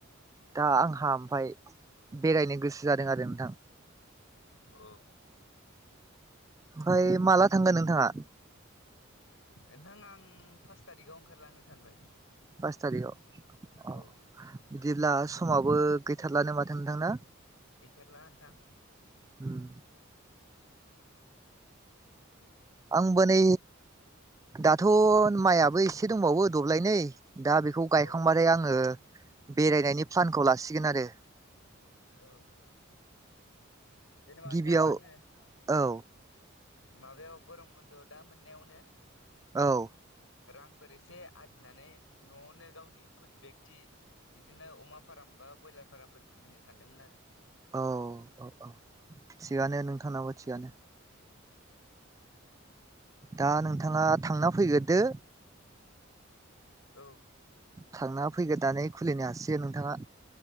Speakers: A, on the right; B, on the left.
A: दा आंहा ओमफाय बेरायनो गोसो जादों आरो नोंथां।
B: अ
A: ओमफ्राय माला थांगोन नोंथाङा।
B: नोंथां आं पास थारिखाव ओंखारलांनो सानबाय।
A: फास थारिखआव
B: औ
A: अ बिदिब्ला समाबो गैथारलानो माथो नोंथांना।
B: गैथारला नोंथां।
A: होम आंबो नै दाथ' माइआबो एसे दंबावो दब्लायनै दा बेखौ गायखांबाथाय
B: औ
A: आङो बेरायनायनि प्लानखौ लासिगोन आरो
B: औ जेनेबा
A: गिबियाव
B: नोंथां आङो
A: औ
B: माबायाव गरम बन्द दा मोननायावनो
A: औ
B: रांफोर एसे आरजिनानै न'आवनो गावनि खुद बेकति बिदिनो अमा फार्म बा ब्रयलार फार्मफोर खुलिनो सानदोंमोन आरो
A: औ औ औ थिगानो नोंथांनाबो थिगानो दा नोंथाङा थांना फैग्रोदो
B: औ
A: थांना फैग्रोनानै खुलिनो हासिगोन नोंथाङा